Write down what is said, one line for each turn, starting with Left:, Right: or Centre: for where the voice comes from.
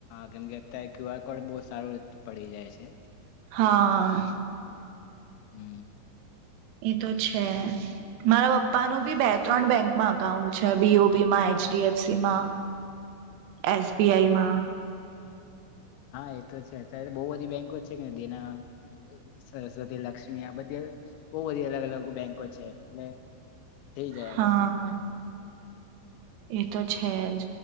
Left: કેમ કે અત્યારે ક્યુઆર કોડ બહ સારું રીતે પડી જાય છે.
Right: હા.
Left: હમ.
Right: એ તો છે, મારા પપ્પાનું બી બે ત્રણ બેંકમાં અકાઉન્ટ છે, બી ઓ બી માં, એચ ડી એફ સી માં, એસ બી આઈ માં
Left: હા એતો છે, અત્યારે તો બો બધી બેંકો છે કે ની દેના, સરસ્વતી, લક્ષ્મી આ બધી અવ બો બધી અલગ અલગો બેંકો છે એટલે થઈ જાય
Right: હાં. એ તો છે જ